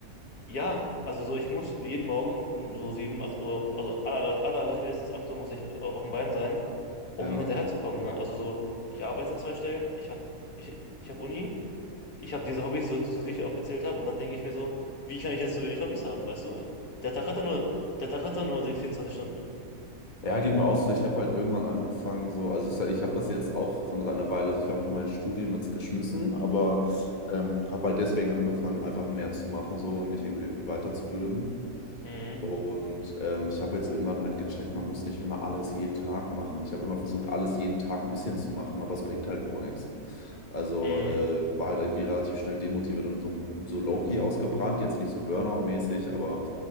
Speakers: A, on the left (about 80°); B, on the left (about 30°).
A: Ja, also so, ich muss jeden Morgen um so 7 8 Uhr, also aller, aller, aller spätestens 8 Uhr muss ich äh, auf dem Bein sein, um
B: Ja.
A: hinterherzukommen, ne? Also so, ich arbeite zwei Stellen, ich habe ich, ich hab Uni, ich habe diese Hobbys, so, so die ich aufgezählt habe, und dann denke ich mir so, wie kann ich jetzt so wenig Hobbys haben, weißt du? Der Tag hat doch nur, der Tag hat doch nur vierundzwanzig Stunden.
B: Ja, geht mir auch so. Ich habe halt irgendwann angefangen, so, also ich, sag- ich habe das jetzt auch von einer Weile, also ich habe noch mein Studium jetzt geschmissen, aber ähm, habe halt deswegen angefangen, einfach mehr zu machen so und mich irgendwie irgendwie weiterzubilden.
A: Mhm,
B: Und ähm, ich habe jetzt irgendwann halt gecheckt, man muss nicht immer alles jeden Tag machen. Ich habe immer versucht, alles jeden Tag ein bisschen zu machen, aber es bringt halt gar nichts. Also
A: mhm.
B: äh, war halt irgendwie relativ schnell demotiviert und so, so low-key ausgebrannt, jetzt nicht so Burnout-mäßig, aber